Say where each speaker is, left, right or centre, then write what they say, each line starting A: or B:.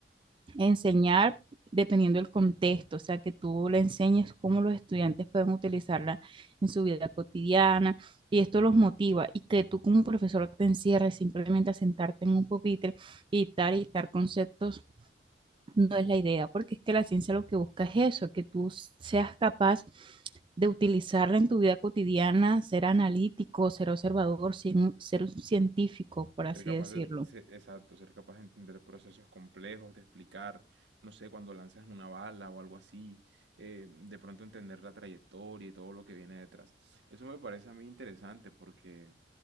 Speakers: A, on the right; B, on the right.
A: enseñar dependiendo del contexto, o sea, que tú le enseñes cómo los estudiantes pueden utilizarla en su vida cotidiana y esto los motiva y que tú como profesor te encierres simplemente a sentarte en un pupitre y dictar y dictar conceptos no es la idea, porque es que la ciencia lo que busca es eso, que tú seas capaz de utilizarla en tu vida cotidiana, ser analítico, ser observador, cien- ser un científico, por así
B: Ser capaz
A: decirlo.
B: de, se- exacto, ser capaz de entender procesos complejos, de explicar, no sé, cuando lanzas una bala o algo así, eh, de pronto entender la trayectoria y todo lo que viene detrás. Eso me parece a mí interesante porque